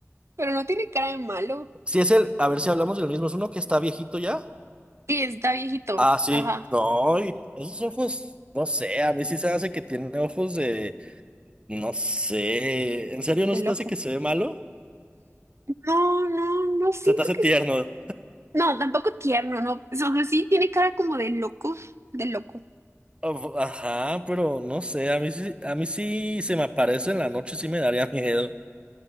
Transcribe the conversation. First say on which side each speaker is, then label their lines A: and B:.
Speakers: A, on the right (about 65°); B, on the right (about 20°).
A: pero no tiene cara de malo.
B: Si es él, a ver si hablamos del mismo, es uno que está viejito ya.
A: Sí, está viejito.
B: Ah, sí,
A: Ajá,
B: no, y esos ojos, no sé, a mí sí se hace que tiene ojos de, no sé, ¿en serio
A: de
B: no se
A: loco.
B: te hace que se ve malo?
A: No, no, no siento
B: Se te hace
A: que...
B: tierno.
A: es- No, tampoco tierno, no. O sea, sí tiene cara como de loco, de loco.
B: Of- Ajá, pero no sé, a mí sí, a mí sí se me aparece en la noche, sí me daría <laughs> miedo.